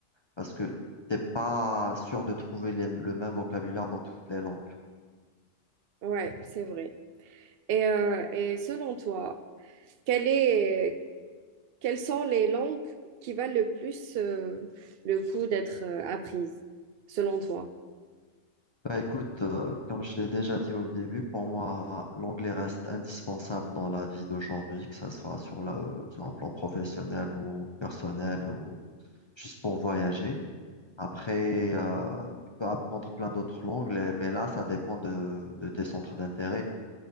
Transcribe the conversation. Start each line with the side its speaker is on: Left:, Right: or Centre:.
Left: parce que t'es pas sûr de trouver les- le même vocabulaire dans toutes les langues.
Right: Ouais, c'est vrai. Et, euh, et selon toi, quelle est, quelles sont les langues qui valent le plus euh, le coup d'être euh, apprises, selon toi?
Left: Bah écoute, euh, comme je l'ai déjà dit au début, pour moi, l'anglais reste indispensable dans la vie d'aujourd'hui, que ça soit sur la, euh, sur un plan professionnel ou personnel ou juste pour voyager. Après, euh, tu peux apprendre plein d'autres langues, les- mais là, ça dépend de, de tes centres d'intérêt.